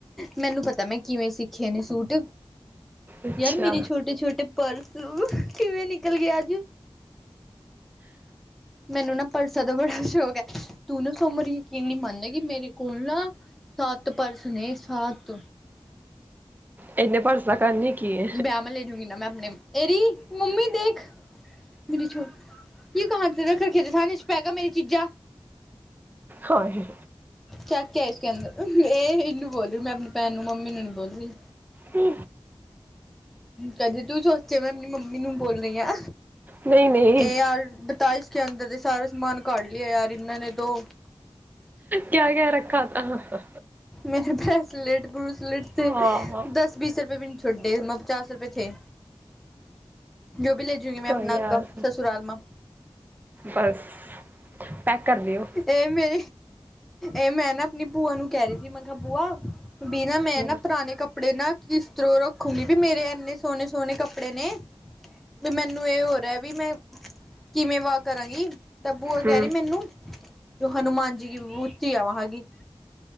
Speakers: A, in the centre; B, on the right (about 20°).
A: ਮੈਨੂੰ ਪਤਾ ਮੈਂ ਕਿਵੇਂ ਸਿੱਖੇ ਨੇ ਸੂਟ।
B: ਅੱਛਾ
A: ਯਾਰ ਮੇਰੇ ਛੋਟੇ-ਛੋਟੇ ਪਰਸ, ਕਿਵੇਂ ਨਿਕਲਗੇ ਅੱਜ। ਮੈਨੂੰ ਨਾ ਪਰਸਾਂ ਦਾ ਬੜਾ ਸ਼ੌਕ ਐ, ਤੂੰ ਨਾ ਸਮਰ ਯਕੀਨ ਨੀ ਮੰਨੇਗੀ, ਮੇਰੇ ਕੋਲ ਨਾ ਸੱਤ ਪਰਸ ਨੇ, ਸੱਤ।
B: ਏਨੇ ਪਰਸ ਦਾ ਕਰਨਾ ਕੀ ਐ?
A: ਵਿਆਹ ਮੇ ਲੈਜੂਗੀ ਨਾ ਮੈਂ ਆਪਣੇ, ਏਰੀ ਮੰਮੀ ਦੇਖ। <unintelligible> ਤੇ ਕਹਾਂ ਤੇ ਰਖ ਰੱਖੀਆ ਥਨੇ ਛਪਾ ਕਾ ਮੇਰੀ ਚੀਜ਼ਾਂ।
B: ਹਾ ਹੇ।
A: ਕਿਆ-ਕਿਆ ਇਸਕੇ ਅੰਦਰ, ਏ ਇਨੂੰ ਬੋਲ ਰੀ ਮੈਂ ਆਪਣੀ ਭੈਣ ਨੂੰ ਮੰਮੀ ਨੂੰ ਨੀ ਬੋਲਰੀ।
B: ਹੂ
A: ਕਦੇ ਤੂੰ ਸੋਚੇ, ਮੈਂ ਆਪਣੀ ਮੰਮੀ ਨੂੰ ਬੋਲਨੀ ਆਂ।
B: ਨਹੀਂ ਨਹੀਂ
A: ਏ ਯਾਰ ਬਤਾ ਇ ਕੇ ਅੰਦਰ ਦੇ ਸਾਰਾ ਸਮਾਨ ਕਾਢ ਲਿਆ ਯਾਰ ਇਨਾਂ ਨੇ ਤੋਂ।
B: ਕਿਆ-ਕਿਆ ਰੱਖਾ ਥਾ?
A: ਮੇਰੇ ਬ੍ਰੈਸਲੇਟ ਬਰੂਸਲੇਟ ਤੇ
B: ਹਾਂ ਹਾਂ
A: ਦਸ ਬੀਸ ਰੁਪਏ ਵੀ ਨੀ ਛੱਡੇ ਇਮਾ। <unintelligible> ਪਚਾਸ ਰੁਪਏ ਥੇ ਜੋ ਵੀ ਲੈਜੂਂਗੀ ਮੈਂ
B: ਕੋਈ
A: ਆਪਣਾ
B: ਯਾਰ
A: ਅੱਗਾ ਸਸੁਰਾਲ ਮਾ।
B: ਬਸ। ਪੈਕ ਕਰ ਦਿਓ
A: ਏ ਮੈਂ, ਏ ਮੈਂ ਨਾ ਆਪਣੀ ਭੂਆ ਨੂੰ ਕੈ ਰੀ ਥੀ, ਮੈਂ ਕੇਹਾ ਬੂਆ ਬੀ ਨਾ, ਮੈਂ
B: ਹੂੰ
A: ਨਾ ਪੁਰਾਣੇ ਕੱਪ ਕਪੜੇ ਨਾ ਕਿਸ ਤਰੋਂ ਰੱਖੂਗੀ, ਵੀ ਮੇਰੇ ਐਨੇ ਸੋਣੇ ਸੋਣੇ ਕੱਪੜੇ ਨੇ। ਵੀ ਮੈਨੂੰ ਏਹ ਹੋ ਰਿਹਾ ਵੀ, ਮੈਂ ਕਿਵੇਂ ਵਾ ਕਰਾਂਗੀ। ਤਾ ਬੂਆ ਕਹਿ
B: ਹੂੰ
A: ਰਹੀ ਮੈਨੂੰ, ਤੂ ਹਨੂੰਮਾਨ ਜੀ ਕੀ ਮੂਰਤੀ ਐ ਵਹਾਂ ਕੀ।